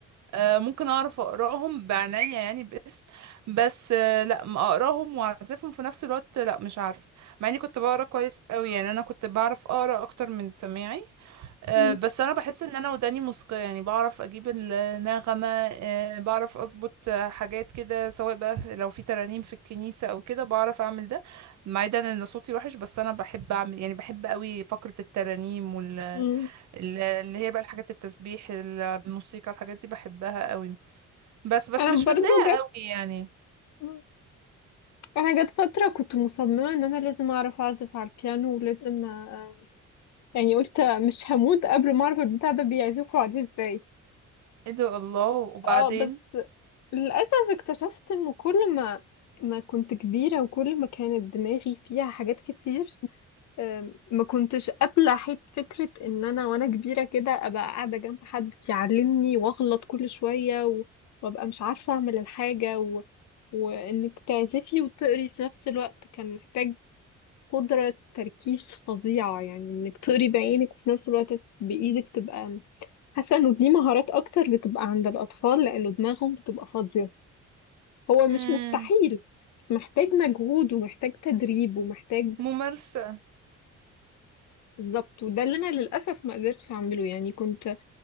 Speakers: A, on the right; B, on the left.
A: آه، ممكن اعرف اقراهم بعناية يعني باسم بس آه، لا ما اقراهم واعزفهم في نفس الوقت لا مش عارفه مع اني كنت بقرا كويس قوي يعني انا كنت بعرف اقرا اكتر من سماعي آه،
B: م-
A: بس انا بحس ان انا وداني موسيقية يعني بعرف اجيب النغمة آه، بعرف اظبط آه، حاجات كده سواء بقى في- لو في ترانيم في الكنيسة او كده بعرف اعمل ده مع ده ان صوتي وحش بس انا بحب اعمل يعني بحب قوي فقرة الترانيم وال
B: م-
A: ال- اللي هي بقى الحاجات التسبيح الموسيقى الحاجات دي بحبها قوي بس بس
B: انا
A: مش
B: برضو
A: متضايقة
B: جت
A: قوي يعني
B: م- انا جت فتره كنت مصممه ان انا لازم اعرف اعزف على البيانو ولازم آه، يعني قلت مش هموت قبل ما اعرف البتاع ده بيعزفوا عليه ازاي
A: ايه ده الله وبعدين
B: اه بس للاسف اكتشفت ان كل ما ما كنت كبيره وكل ما كانت دماغي فيها حاجات كتير أم، ما كنتش قابلة حيت فكرة إن أنا وأنا كبيرة كده أبقى قاعدة جنب حد يعلمني وأغلط كل شوية و- وأبقى مش عارفة أعمل الحاجة و... وإنك تعزفي وتقري في نفس الوقت كان محتاج قدرة تركيز فظيعة يعني إنك تقري بعينك وفي نفس الوقت بإيدك تبقى حاسة إنه دي مهارات أكتر بتبقى عند الأطفال لأنه دماغهم بتبقى فاضية هو مش
A: امم
B: مستحيل محتاج مجهود ومحتاج تدريب ومحتاج
A: ممارسة
B: بالظبط وده اللي انا للاسف ما قدرتش اعمله يعني كنت